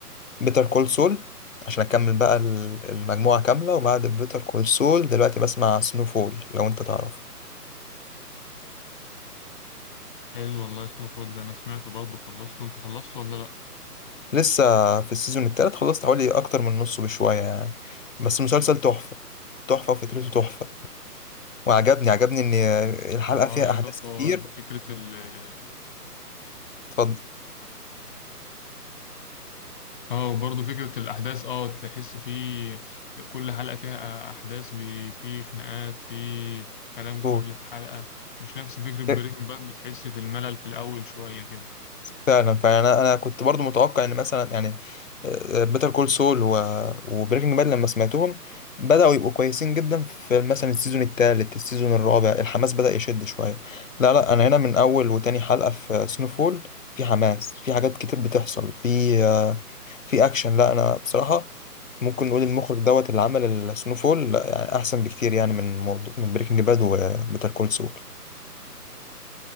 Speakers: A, on the left; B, on the left.
A: بيتر كول سول عشان اكمل بقى ال- المجموعة كاملة وبعد بيتر كول سول دلوقتي بسمع سنو فول لو انت تعرف
B: حلو والله سنو فول ده انا سمعته برضه خلصته انت خلصته ولا لا
A: لسه في السيزون التالت خلصت حوالي اكتر من نصه بشوية يعني بس مسلسل تحفة تحفة وفكرته تحفة وعجبني عجبني ان الحلقه
B: اه
A: فيها
B: لا
A: احداث
B: تحفة
A: كتير
B: هو فكرة ال
A: اتفضل
B: اه وبرضه فكرة الأحداث اه تحس فيه كل حلقة فيها أحداث بي... فيه خناقات فيه كلام
A: قول.
B: كل حلقة مش نفس فكرة بريكنج
A: إيه،
B: باد بتحس في الملل في الأول شوية كده
A: فعلا فعلا انا أنا كنت برضو متوقع ان مثلا يعني بيتر كول سول وبريكنج باد لما سمعتهم بداوا يبقوا كويسين جدا في مثلا السيزون الثالث السيزون الرابع الحماس بدا يشد شويه لا لا انا هنا من اول وتاني حلقه في سنوفول في حماس في حاجات كتير بتحصل في آه، في اكشن لا انا بصراحه ممكن نقول المخرج دوت اللي عمل السنو فول لا، يعني احسن بكتير يعني من موضوع من بريكنج باد وبيتر كول سول